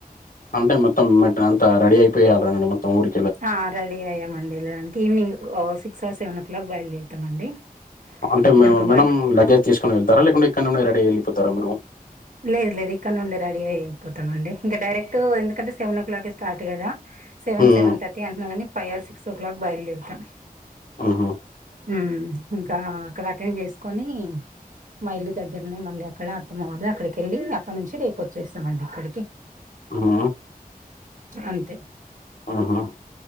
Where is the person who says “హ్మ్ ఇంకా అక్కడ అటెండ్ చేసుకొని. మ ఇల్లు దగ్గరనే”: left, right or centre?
Right